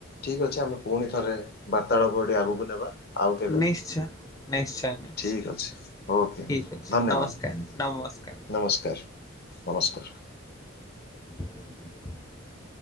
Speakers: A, on the left; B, on the left.
A: ଠିକ୍ ଅଛେ ଆମେ ପୁଣି ଥରେ ବାର୍ତ୍ତାଳାପ ଟିକେ ଆଗକୁ ନେବା। ଆଉ କେବେ
B: ନିଶ୍ଚୟ ନିଶ୍ଚୟ ନିଶ୍ଚୟ
A: ଠିକ ଅଛି ଓକେ
B: ଠିକ ଅଛି
A: ଧନ୍ୟବାଦ।
B: ନମସ୍କାର ନମସ୍କାର
A: ନମସ୍କାର ନମସ୍କାର।
B: <unintelligible>